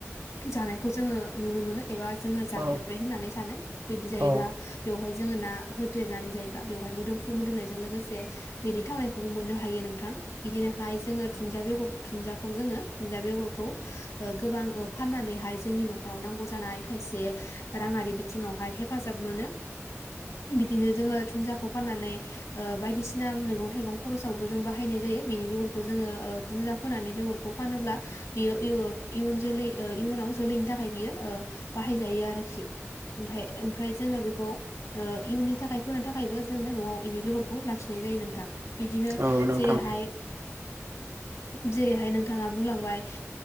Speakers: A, on the left; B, on the right.
A: जानायखौ जोंङो नुनो मोनो। एबा जोङो जाफेरबाय
B: औ
A: होननानै सानो बिदि जायोब्ला
B: औ
A: बेयावहाय जोङो ना होदेरनानै जायोब्ला बेवहाय मोदोमफ्रु मोदोमनायजों लोगोसे बेनि थावनायखौबो मोननो हायो नोंथां बिदिनोहाय जोङो दुनदिया बेगरखौहाय जोङो दुुनजया बेगरखौ गोबां फाननानैहाय जोंनि नखराव नांगौ जानाय खायसे राङारि बिथिङावहाय हेफाजाब मोनो। बिदिनो जोङो दुनदियाखौ फाननानै ओ बायदिसिना मैगं थाइगं खरसावबो जों बाहायनाय जायो बेनि बेगरखौ जोङो बुरजा फोनानै बेगरखौ फानोब्ला बियो इयुन जोलै इयुनाव जोलैनि थाखाय बियो बाहायजायो आरोखि ओमफाय ओमफ्राय जोङो बेखौ इयुननि थाखाय फोनो थाखायबो जोङो नआव बेनि बेगरखौ लाखिनाय जायो नोंथां बिदिनो
B: औ नोंथां
A: जेरैहाय जेरैहाय नोंथाङा बुंलांबाय